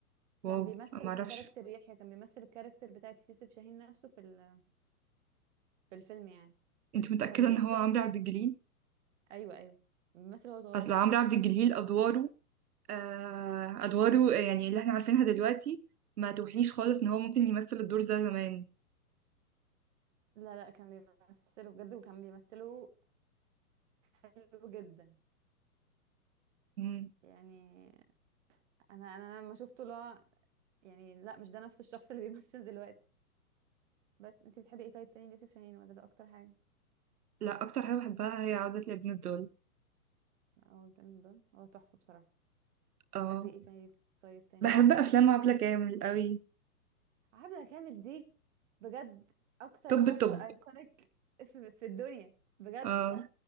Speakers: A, on the right; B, on the right.
A: واو
B: كان بيمثل
A: ما اعرفش
B: كاركتر يحيى كان بيمثل الكاركتر بتاعت يوسف شاهين نفسه في ال- في الفيلم يعني
A: انت متأكدة
B: كان بيمثل
A: ان هو عمرو عبد الجليل
B: ايوه ايوه بيمثل وهو صغير
A: اصل عمرو عبد الجليل ادواره آه ادواره يعني اللي احنا عارفينها دلوقتي ما توحيش خالص ان هو ممكن يمثل الدور ده زمان
B: لا لا كان بيمثله بجد وكان بيمثله حلو جدا
A: مم.
B: يعني انا انا لما شفته لا يعني لا مش ده نفس الشخص اللي بيمثل دلوقتي بس انت بتحبي ايه طيب تاني ليوسف شاهين ولا ده اكتر حاجه
A: لا اكتر حاجة بحبها هي عودة لابن الدول
B: او الفيلم ده هو تحفه بصراحه
A: اه
B: بتحبي ايه تاني طيب تاني
A: بحب
B: لل
A: افلام عبلة كامل قوي
B: عبلة كامل دي بجد اكتر
A: طب
B: شخص
A: الطب
B: ايكونيك في, في الدنيا بجد
A: اه